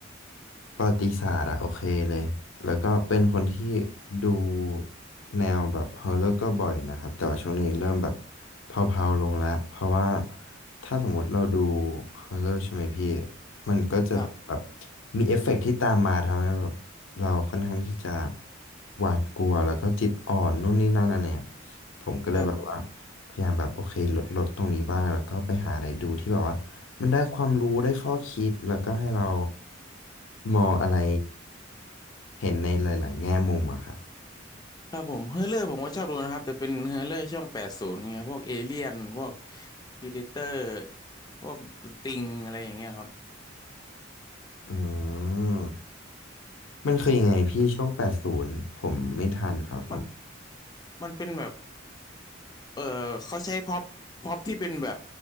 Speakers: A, on the left; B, on the left.
A: ประวัติศาสตร์อ่ะโอเคเลยแล้วก็เป็นคนที่ดูแนวแบบฮอร์เรก็บ่อยนะครับแต่ว่าช่วงนี้เริ่มแบบเพลาๆลงแล้วเพราะว่าถ้าสมมติเราดูฮอร์เรใช่ไหมพี่มันก็จะแบบ
B: ครับ
A: มีเอฟเฟกต์ที่ตามมาทำให้แบบเราค่อนข้างที่จะหวาดกลัวแล้วก็จิตอ่อนนู่นนี่นั่นอันเนี้ยผมก็เลยแบบว่า
B: ครับ
A: พยายามแบบโอเคลดลดตรงนี้บ้างแล้วก็ไปหาอะไรดูที่แบบว่ามันได้ความรู้ได้ข้อคิดแล้วก็ให้เรามองอะไรเห็นในหลายๆแง่มุมอะครับ
B: ครับผมเฮอร์เรอร์ผมก็ชอบดูนะครับแต่เป็นเฮอร์เรอร์ช่วงแปดศูนย์เงี้ยพวกเอเลี่ยนพวกพีเดเตอร์พวกสติงอะไรอย่างเงี้ยครับ
A: อืมมันคือยังไงพี่ช่วงแปดศูนย์ผมไม่ทันครับผม
B: มันมันเป็นแบบ เออเขาใช้พ็อปพ็อปที่เป็นแบบ